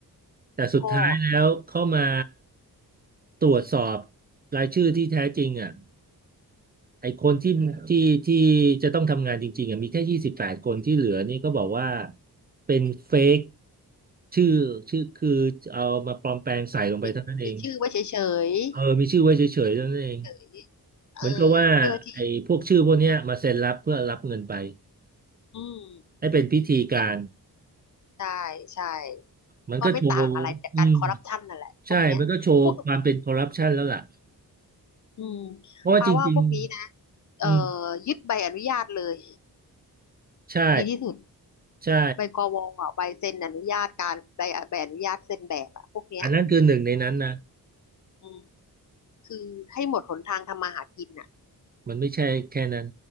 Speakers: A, on the right; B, on the left.
A: แต่สุดท้ายแล้วเข้ามา
B: ก็
A: ตรวจสอบรายชื่อที่แท้จริงอ่ะ ไอ้คนที่ที่ที่จะต้องทำงานจริงๆอ่ะมีแค่ยี่สิบแปดคนที่เหลือนี่ก็บอกว่าเป็นเฟกชื่อชื่อคือเอามาปลอมแปลงใส่ลงไปเท่านั้นเอง
B: มีมีชื่อไว้เฉยๆ
A: เออมีชื่อไว้เฉยๆเท่านั้นเอง
B: เฉยเออ
A: เหมือนกับว่าไอ้พวกชื่อพวกเนี้ยมาเซ็นรับเพื่อรับเงินไป
B: เพื่อที่อืม
A: ให้เป็นพิธีการ
B: ใช่ใช่
A: มันก็โชว์อืม
B: ก็ไม่ต่างอะไรจากการคอร์รัปชันนั่นแหละพวกเนี้ยพวก
A: ใช่มันก็โชว์ความเป็นคอร์รัปชันแล้วล่ะ
B: อืม
A: เพราะว่าจริง
B: ปาว่าพวกนี้นะ
A: ๆอืม
B: เอ่อยึดใบอนุญาตเลย
A: ใช่
B: ดีที่สุด
A: ใช่
B: ใบกวอ่ะใบเซ็นอนุญาตการใบใบอนุญาตเซ็นแบบอ่ะพวกเนี้ย
A: อันนั้นคือหนึ่งในนั้นนะ
B: อืมคือให้หมดหนทางทำมาหากินอ่ะ
A: มันไม่ใช่แค่นั้น